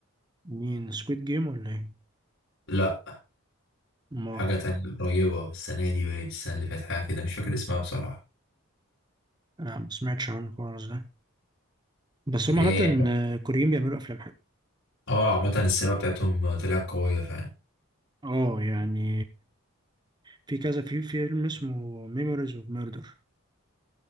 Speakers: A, on the right; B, on the left.
A: مين سكويد جيم ولا ايه؟
B: لا
A: ما
B: حاجة تانية قريبة السنة دي باين السنة اللي فاتت حاجة كده مش فاكر اسمها بصراحة
A: انا ما سمعتش عنه خالص ده بس هم
B: ايه
A: عامة آه، كوريين بيعملوا افلام حلوه
B: اه عامة السماء بتاعتهم طلعت قوية فعلا
A: اه يعني في كذا في فيلم اسمه ميموريز اوف ميردر